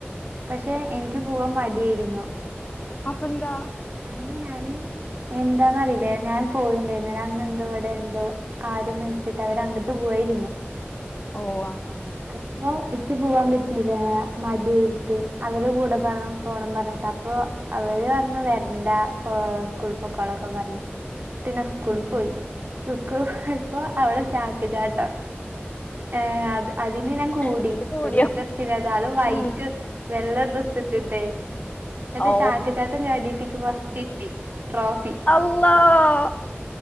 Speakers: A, on the right (about 50°); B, on the left (about 35°).
A: പക്ഷെ എനിക്ക് പോവാൻ മടിയായിരുന്നു
B: അപ്പൊന്താ
A: അന്ന് ഞാന് എന്താന്ന്റിയില്ലേ ഞാൻ പോയിണ്ടായിരുന്നേല് അന്ന് എന്തോ ഇവിടെ എന്തോ ആരോ മരിച്ചിട്ട് അവര് അങ്ങോട്ട് പോവായിരുന്നു
B: ഓ അങ്ങന
A: അപ്പൊ ഇക്ക് പോവാൻ പറ്റില്ല മടി ആയിട്ട് അവരെ കൂടെ പറ പോണം പറഞ്ഞിട്ട് അപ്പൊ അവര് പറഞ്ഞു വരണ്ട സ്കൂൾ പൊക്കാളൊക്കെ പറഞ്ഞ് പിന്നെ സ്കൂൾ
B: ഉം
A: പോയി <unintelligible> ഇപ്പൊ അവളെ ചാക്ക്ചാട്ടം ഏഹ് അത് അതിന് ഞാൻ കൂടി
B: എന്നിട്ട് കൂടിയോ
A: ഒരു ഇൻട്രസ്റ്റ് ഇല്ലത് അത് വൈറ്റ്
B: ഉം
A: വെള്ള ഡ്രസ്സ് ഇട്ട്ട്ടേ, ന്നട്ട്
B: ഓ
A: ചാക്ക് ചാട്ടം ചാടിട്ട് ഇക്ക് ഫസ് കിട്ടി ട്രോഫി
B: അള്ളാഹ്